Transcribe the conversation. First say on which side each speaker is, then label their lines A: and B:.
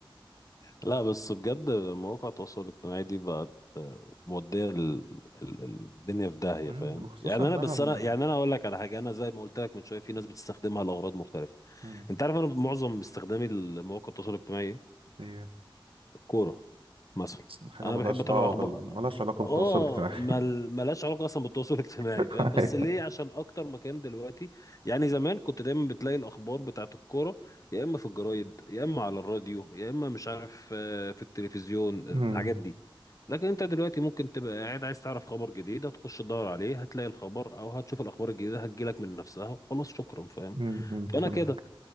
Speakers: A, on the left; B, on the right.
A: لا بس بجد مواقع التواصل الاجتماعي دي بقت آه، مودية ال- ال- الدنيا في داهية
B: مم،
A: فاهم
B: وخصوصا
A: يعني
B: إن
A: انا
B: أنا
A: بس
B: ما
A: انا يعني انا اقول لك على حاجة انا زي ما قلت لك من شوية في ناس بتستخدمها لأغراض مختلفة
B: مم،
A: انت عارف انا معظم استخدامي لمواقع التواصل الاجتماعي إيه؟
B: إيه
A: كورة مثلا
B: حاجة
A: انا
B: ملهاش
A: بحب اتابع
B: دعوة
A: اخبار
B: بال ملهاش علاقة
A: اه
B: بالتواصل الاجتماعي
A: مل... ملهاش علاقة اصلا بالتواصل <laughs> الاجتماعي
B: <laughs>
A: فاهم بس ليه عشان اكتر مكان دلوقتي يعني زمان كنت دايما بتلاقي الاخبار بتاعت الكورة يا اما في الجرايد يا اما على الراديو يا اما مش عارف آه، في التلفزيون آه،
B: أمم،
A: الحاجات دي لكن انت دلوقتي ممكن تبقى قاعد عايز تعرف خبر جديد هتخش تدور عليه هتلاقي الخبر او هتشوف الاخبار الجديدة هتجيلك من نفسها وخلاص شكرا فاهم
B: أمم، أمم،
A: فانا
B: فهمت
A: كده